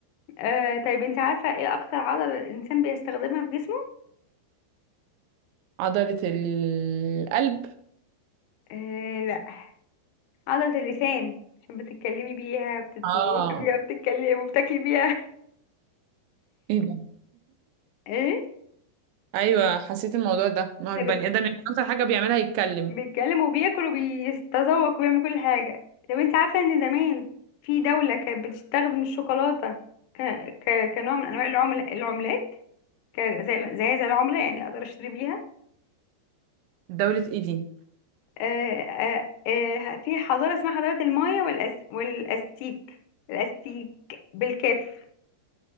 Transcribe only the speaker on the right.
عضلة القلب
اه
ايه ده
ايوه حسيت الموضوع ده ما هو
البني
ادم يعني اكتر حاجة بيعملها يتكلم
دولة ايه دي